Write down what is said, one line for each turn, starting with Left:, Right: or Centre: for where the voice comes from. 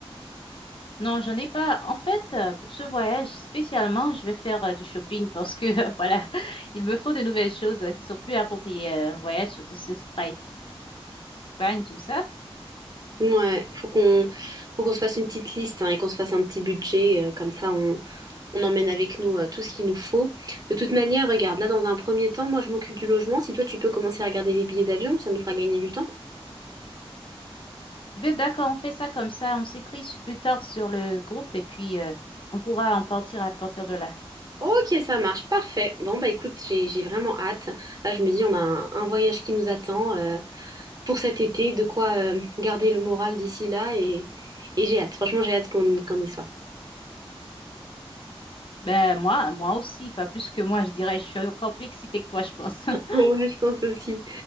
Left: Non, j'en ai pas. En fait, euh, pour ce voyage spécialement, je vais faire euh, du shopping parce que, <laughs> voilà, il me faut de nouvelles choses euh, qui sont plus appropriées euh, au voyage, surtout si ce sera Espagne, tout ça.
Right: Ouais, faut qu'on faut qu'on se fasse une petite liste hein, et qu'on se fasse un petit budget, euh, comme ça on, on emmène avec nous euh, tout ce qu'il nous faut. De toute manière, regarde, là dans un premier temps, moi je m'occupe du logement. Si toi tu peux commencer à regarder les billets d'avion, ça nous fera gagner du temps.
Left: Ben d'accord, on fait ça comme ça. On s'écrit sur- plus tard sur le groupe et puis euh, on pourra en partir à partir de là.
Right: Ok, ça marche, parfait. Bon bah écoute, j'ai j'ai vraiment hâte. Là je me dis on a un, un voyage qui nous attend euh, pour cet été, de quoi euh, garder le moral d'ici là et, et j'ai hâte. Franchement j'ai hâte qu'on qu'on y soit.
Left: Ben moi, moi aussi, pas plus que moi, je dirais. Je suis encore plus excitée que toi, je pense. <laughs>
Right: Ouais, je pense aussi.